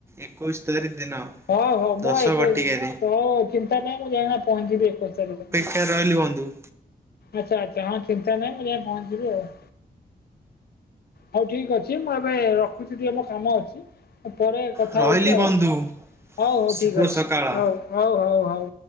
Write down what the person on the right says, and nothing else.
ଏକୋଇଶ ତାରିଖ ଦିନ।
ଦଶ
ଘଟିକାରେ
ଆଜ୍ଞା ରହିଲି ବନ୍ଧୁ।
ରହିଲି
ବନ୍ଧୁ
ଶୁଭ
ସକାଳ।